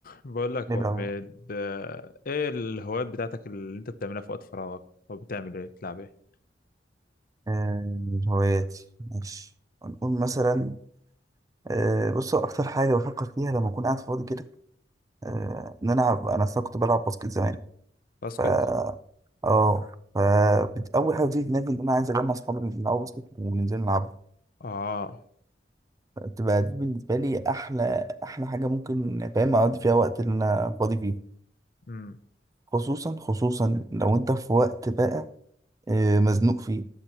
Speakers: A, on the left; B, on the right.
A: بقول لك يا ابو
B: ايه لو
A: حميد آه، ايه الهوايات بتاعتك اللي انت بتعملها في وقت فراغك او بتعمل ايه بتلعب ايه
B: آه، هواياتي ماشي هنقول مثلا آه، بص هو اكتر حاجه بفكر فيها لما اكون قاعد فاضي كده آه، ان انا ألعب- انا أصلاً كنت بلعب باسكت زمان
A: باسكت
B: ف اه ف
A: مم.
B: بت- اول حاجه بتيجي في دماغي ان انا عايز اجمع اصحابي اللي بيلعبوا باسكت وننزل نلعب
A: اه
B: تبقى دي بالنسبه لي احلى احلى حاجه ممكن فاهم اقضي فيها وقت اللي انا فاضي فيه
A: امم
B: خصوصا خصوصا لو انت في وقت بقى آه، مزنوق فيه